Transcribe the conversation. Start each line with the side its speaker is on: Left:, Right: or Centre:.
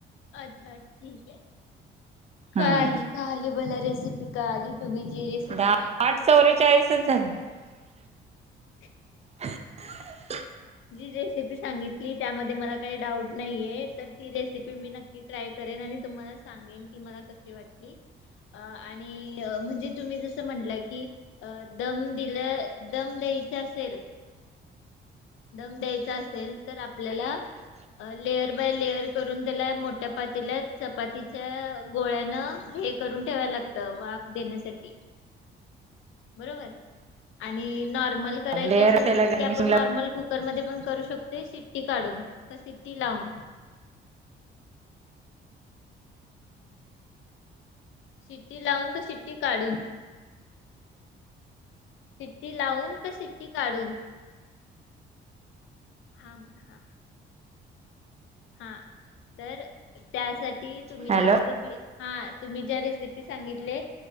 Left: अच्छा ठीक आहे कलाली,
Right: हम्म
Left: कलाली मला रेसिपी कलाली. तुम्ही जी रेसिपी
Right: दहा
Left: सांगितली
Right: आठ <unintelligible>
Left: ह <inaudible>
Right: <inaudible>
Left: रेसिपी सांगितली त्यामध्ये मला काही डाऊट नाहीे हे तर ती रेसिपी मी नक्क की ट्राय करेन आणि तुम्हाला, सांगेन कि मला कशी वाटली. अ आणि म्हणजे तुम्ही जसं म्हंटलं की अ दम दिल दम दे तीचअसेल. दम दयचा असेल तर आपल्याला.
Right: ह, <inaudible>
Left: लेयर बाय लेयर करून त्याला मोठ्या पातेल्यात. चपातीच्या गोळ्यानं हे. करून ठेवायला लागत वाफ देण्यासाठी.
Right: ह <inaudible>
Left: बरोबर आणि नॉर्मल करायची
Right: लेअर
Left: असेल.
Right: त्याला
Left: तर
Right: गार्निशिंगला
Left: ती आपण नॉर्मल, कुकरमध्येध्ये पण करू शकते सिट्टी, काढून का सिट्टी लावून. शिट्टी लावून का शिट्टी काढून? सिट्टी लावून का सिट्टी काढून? हा हा. हा तर त्यासाठी तुम्ही
Right: हॅलो
Left: जे रेसिपी हा. तुम्ही ज्या रेसिपी सांगितले.